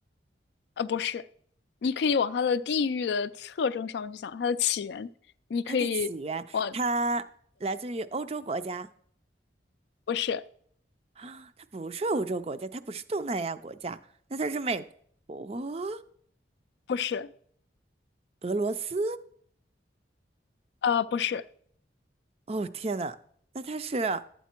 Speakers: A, on the left; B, on the right.
A: 呃，不是，你可以往它的地域的特征上面去想，它的起源，你可以往，
B: 它的起源它来自于欧洲国家
A: 不是，
B: 啊，它不是欧洲国家，它不是东南亚国家，那它是美国、
A: 不是，
B: 俄罗斯？
A: 呃，不是。
B: 哦天呐，那它是